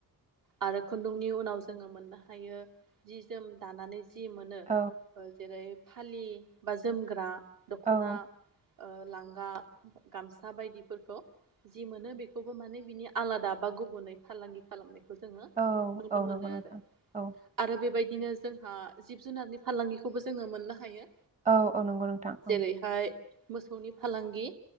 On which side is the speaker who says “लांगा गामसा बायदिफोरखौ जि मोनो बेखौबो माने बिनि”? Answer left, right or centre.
Right